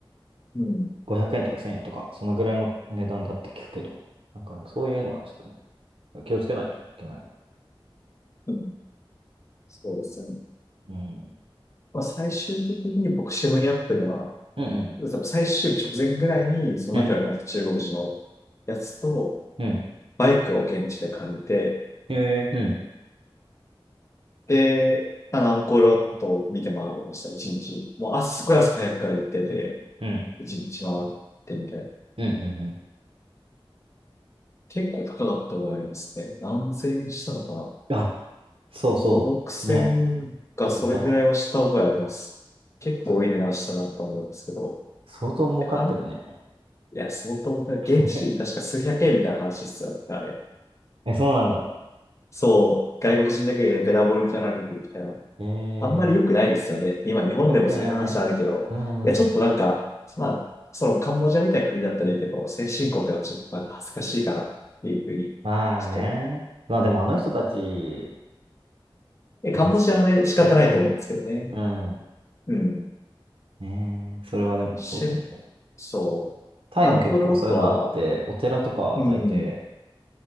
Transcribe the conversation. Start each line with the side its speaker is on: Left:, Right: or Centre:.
Left: ん、うん、
Right: 500円とか1000円とか、そのぐらいの値段だって聞くけど、なんかね、そういうのはちょっとね、気をつけないといけない。
Left: うんそうですね。
Right: うん。
Left: まあ、最終的に僕、シェムリアップでは、
Right: うんうん。
Left: 多分最終日直前ぐらいに、その仲良くなった中国人のやつと、
Right: うん。うん。
Left: バイクを現地で借りて、
Right: えー、うん。
Left: で、まあの、アンコールワットを見て回りました、一日。もう、あ、すごい朝早くから行ってて、
Right: うん。
Left: 一日回ってみたいな。
Right: うんうんう
Left: 結構高かった覚えありますね。何千円したのかな
Right: ん。あ、そうそう。
Left: ?5、6千かそれぐらいはした覚えあります。
Right: ね、聞いたわ。
Left: 結構いい値段したなと思うんですけど。
Right: そ相当儲かってるね。
Left: いや、あんいや相当重たい。現地人確か数百円みたいな話必要だったあれ。
Right: <laughs> え、そうなんだ。
Left: そう、外国人だけでべらぼうになられるみたいな。
Right: えー、
Left: あんまり良くないですよね。今日本でもそういう話あるけど。
Right: よくない。うん。
Left: いや、ちょっとなんか、まあ、そのカンボジアみたいな国だったらいいけど、先進国はちょっとなんか恥ずかしいかなっていうふうに、
Right: まあね。
Left: ちょっと、
Right: まあでもあの人たち、
Left: え、カンボジアはね、
Right: ね、通貨が明らかに。
Left: 仕方ないと思うんですけどね。
Right: うん。
Left: うん。
Right: ねえ、それはでもそうだよね。
Left: し、そう。
Right: タイも結構そういうのあって、
Left: アンコールワットは、
Right: お寺とかは大抵、
Left: うん、